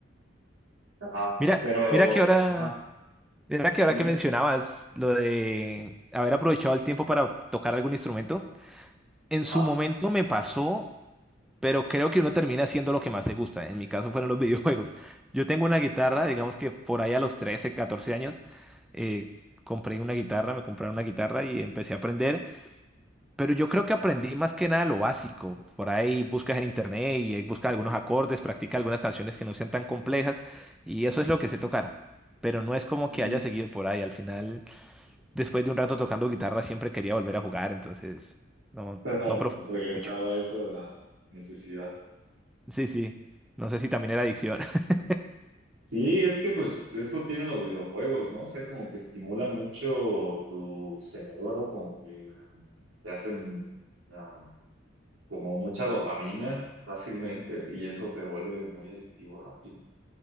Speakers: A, on the right; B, in the centre.
A: ajá.
B: Mira,
A: Pero,
B: mira que ahora.
A: ajá,
B: Mira que ahora
A: ¿sí dime?
B: que mencionabas lo de haber aprovechado el tiempo para tocar algún instrumento, en
A: Ajá,
B: su momento me pasó, pero creo que uno termina haciendo lo que más le gusta. En mi caso fueron los <laughs> videojuegos. Yo tengo una guitarra,
A: ajá.
B: digamos que por ahí a los 13 14 años, eh, compré una guitarra, me compraron una guitarra y empecé a aprender, pero yo creo que aprendí más que nada lo básico. Por ahí buscas en internet y buscas algunos acordes, practica algunas canciones que no sean tan complejas y eso es lo que sé tocar. Pero no es como
A: Ujú.
B: que haya seguido por ahí. Al final después de un rato tocando guitarra siempre quería volver a jugar, entonces
A: <laughs>
B: no,
A: Pero
B: no profundicé
A: regresaba
B: mucho.
A: a esa necesidad.
B: Sí, sí. No sé si también era adicción. <laughs>
A: Sí, es que pues eso tienen los videojuegos, ¿no? O sea, como que estimulan mucho tu cerebro, como que te hacen ah, como mucha dopamina fácilmente y eso se vuelve muy adictivo rápido.